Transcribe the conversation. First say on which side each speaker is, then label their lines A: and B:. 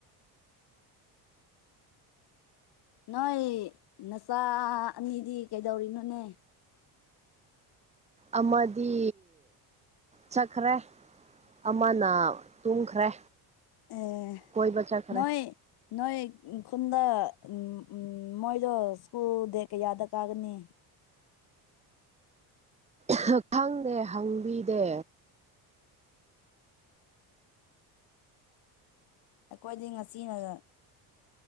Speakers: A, on the left (about 65°); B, on the right (about 15°).
A: ꯅꯣꯏ ꯅꯆꯥ ꯑꯅꯤꯗꯤ ꯀꯩꯗꯧꯔꯤꯅꯣꯅꯦ
B: ꯑꯃꯗꯤ ꯆꯠꯈ꯭ꯔꯦ ꯑꯃꯅ ꯇꯨꯝꯈ꯭ꯔꯦ
A: ꯑꯦ
B: ꯀꯣꯏꯕ ꯆꯠꯈ꯭ꯔꯦ
A: ꯅꯣꯏ ꯅꯣꯏ ꯈꯨꯟꯗ ꯎꯨꯝ ꯎꯨ ꯃꯣꯏꯗꯣ ꯁ꯭ꯀꯨꯜ ꯗꯦꯠ ꯀꯌꯥꯗ ꯀꯥꯒꯅꯤ
B: ꯈꯛ ꯈꯪꯗꯦ ꯍꯪꯕꯤꯒꯦ
A: ꯑꯩꯈꯣꯏꯗꯤ ꯉꯁꯤꯅꯒ